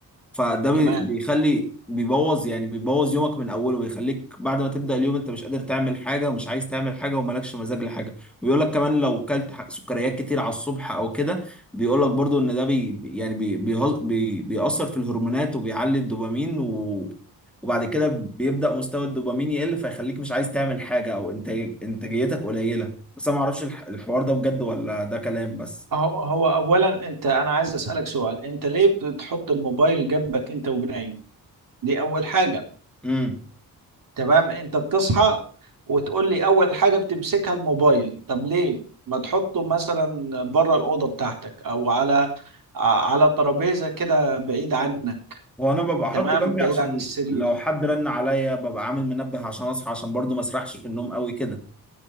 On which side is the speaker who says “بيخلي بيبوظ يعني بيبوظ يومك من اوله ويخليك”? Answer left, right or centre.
Centre